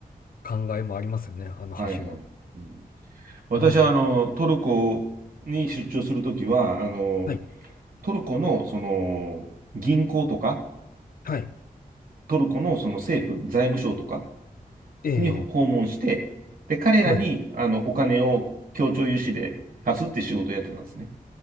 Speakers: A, on the left; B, on the right.
A: 考えもありますよね、あの橋は。
B: はいはい。うん、私は、
A: はい。
B: あの、トルコに出張するときは、あの、
A: はい。
B: トルコの、その、銀行とか、
A: はい。
B: トルコのその政府、財務省とか、
A: ええ、
B: に訪問して、で、彼らに、
A: はい。
B: あの、お金を協調融資で貸すって仕事をやってたんですね。